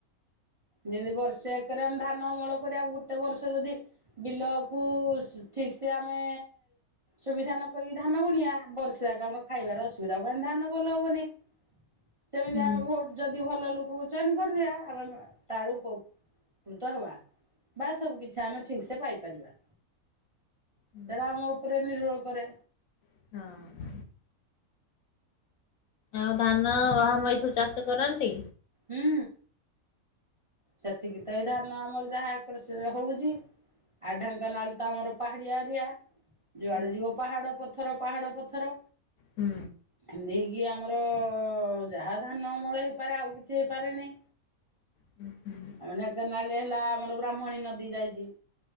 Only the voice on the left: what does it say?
ହୁଁ
ହୁଁ
ହଁ। ଆଉ ଧାନ ଗହମ ଏଇ ସବୁ ଚାଷ କରନ୍ତି।
ହୁଁ
ହୁଁ।
ହୁଁ ହୁଁ